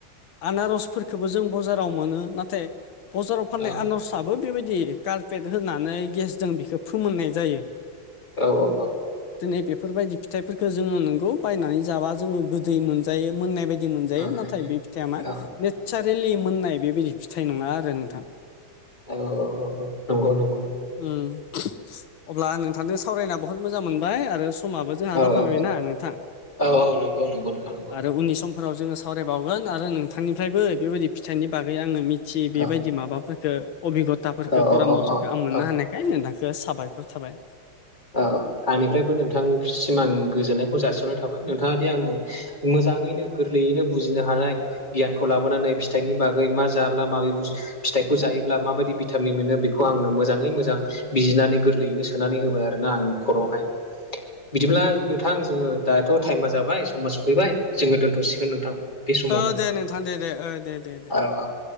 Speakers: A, on the left; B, on the left.
A: आनारसफोरफोरखौबो जों बाजाराव मोनो नाथाय बजाराव फाननाय
B: औ
A: आनारसाबबो बेबायदि कारपेट होनानै गेसजों बेखौ फोमोननाय जायो।
B: औ औ औ
A: दिनै बेफोरबायदि फिथाइफोरखौ जोङो नंगौ बायनानै जाबा जोङो गोदै मोनजायो मोननाय बाय दि मोनजायो
B: उम
A: नाथाय बे फिथाइया मा
B: औ
A: नेचारेलि मोननाय बेबायदि फिथाइ नङा आरो नोंथां।
B: औ औ औ नंगौ नंगौ
A: ओं अब्ला नोंथांजों सावरायना बुहुत मोजां मोनबाय आरो समाबो जोंहा
B: औ
A: जाफायायनाा
B: औ
A: नोंथां
B: औ औ नंगौ नंगौ नोंथां नंगौ
A: आरो उननि सम फोराव जोङो सावरायबावगोन आरो नोंथांनिफ्रायबो बेबायदि फिथाइनि बागै आङो मि थियि
B: औ
A: बेबायदि माबाफोरफोरखौ अबिगथाफोरफोरखौ
B: औ
A: परामर्स
B: औ औ
A: मोननो
B: औ
A: हानायखाय नोंथांखौ साबायखर थाबाय।
B: औ आंनिफ्रायबो नोंथांसिम आं गोजोननायखौ जासिहरनाय थाबाय नोंथाङा दि आंनो मोजाङैनो गोरलैयैनो बुजिनो हानाय गियानखौ लाबोनानै फिथाइनि बागै मा जाब्ला माबोरै बु फिथाइखौ जायोब्ला माबायदि भिटामिन मोनो बेखौ आंनो मोजाङै मोजां बिजिनानै गोरलैयैनो सोनानै होबाय आरो ना आं खरआवहाय बिदिब्ला नोंथां जोङो दाथ' टाइमा जाबाय समाज सफैबाय जोङो दोन्थ'सिगोन नोंथां बे समावनो
A: औ दे नोंथां दे दे दे दे दे
B: औ औ औ